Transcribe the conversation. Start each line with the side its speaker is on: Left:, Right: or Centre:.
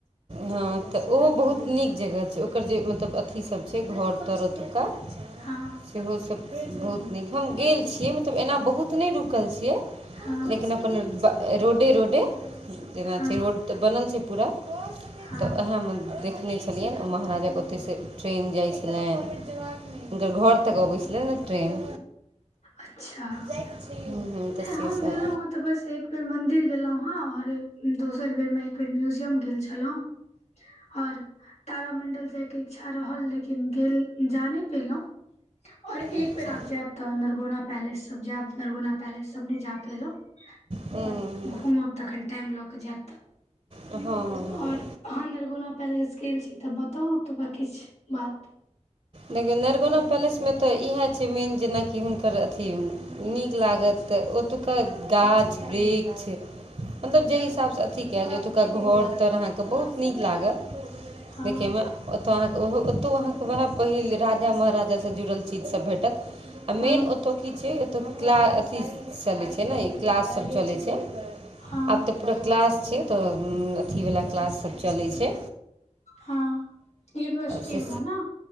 Right: हँ तऽ ओहो बहुत नीक जगह छै ओकर जे मतलब अथी सभ छै घर तर ओतुका।
Left: हां
Right: सेहो सभ बहुत नीक हम गेल छियै मतलब एना बहुत नहि रुकल छियै
Left: हँ
Right: लेकिन अपन रोडे रोडे जेना
Left: हँ
Right: छै रोड तऽ बनल छै पूरा।
Left: हँ
Right: तऽ ओएहमे देख - देखने छलियनि ओ महाराजा के ओतयसँ ट्रेन जाइ छलनि हुनकर घर तक अबैत छलनि ट्रेन।
Left: अच्छा
Right: हम्म,
Left: नहि
Right: तऽ से
Left: हम
Right: सब
Left: गेलहुं हं तऽ बस एक बेर मंदिर गेलहुं हें और दोसर बेर मे- फेर म्यूजियम गेल छलहुँ और तारामण्डल जाय के इच्छा रहल लेकिन गेल जा नै पेलहु और एक
Right: अच्छा
Left: बेर आब जायब तऽ नरगौना पैलेस सब जायब नरगौना पैलेस सब नहि जाय पेलहुॅं
Right: हम्म,
Left: और
Right: हम्म,
Left: घूमब तखन टाइम लऽ क जायब तऽ
Right: हम्म, हँ हँ
Left: और अहाँ नरगौना पैलेस गेल छी तऽ बताउ ओतुका किछ बात
Right: देखियौ नरगौना पैलेस मे तऽ इएह छै मेन जेना कि हुनकर अथी- नीक लागत त ओतुका गाछ वृक्ष- मतलब जहि हिसाबसँ अथि कयल छै ओतुका घर तर अहाँके बहुत नीक लागत।
Left: हँ
Right: देखे मे ओतौ अहाँके ओहो ओतो अहांके वएह पहिल राजा महराजा - सँ जुड़ल चीज सब भेटत आ
Left: हँ
Right: मेन ओतऽ कि छैओत क्लास अथी चलै छै ने ई क्लास सब चलै छै। आब
Left: हँ
Right: तऽ- पूरा क्लास छै तऽ अथी वला क्लास सब चलै छै।
Left: हँ यूनिवर्सिटी
Right: से
Left: वाला ने